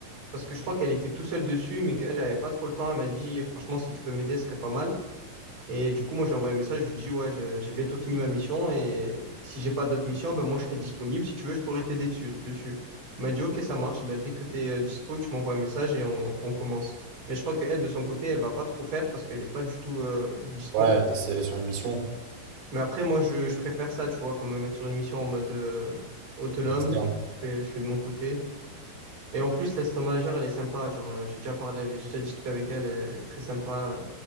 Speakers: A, on the right; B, on the right.
A: Parce que je crois qu'elle était tout seule dessus, mais qu'elle n'avait pas trop le temps. Elle m'a dit, franchement, si tu peux m'aider, ce serait pas mal. Et du coup, moi, je lui ai envoyé un message, je lui dis, ouais, je- j'ai bientôt fini ma mission et si j'ai pas d'autres missions, ben moi, je serai disponible. Si tu veux, je pourrais t'aider dessus, dessus. Elle m'a dit, ok, ça marche. Ben, dès que tu es dispo, tu m'envoies un message et on, on commence. Mais je crois qu'elle, de son côté, elle va pas trop faire parce qu'elle est pas du tout euh, dispo.
B: Ouais, elle est, si elle est sur une mission
A: Mais après, moi, je, je préfère ça, tu vois, qu'on me mette sur une mission en mode euh, autonome.
B: externe.
A: Je fais, je fais de mon côté. Et en plus, l'assistant manager, elle est sympa. Genre, euh, j'ai déjà parlé, avec- j'ai déjà discuté avec elle. Elle est très sympa.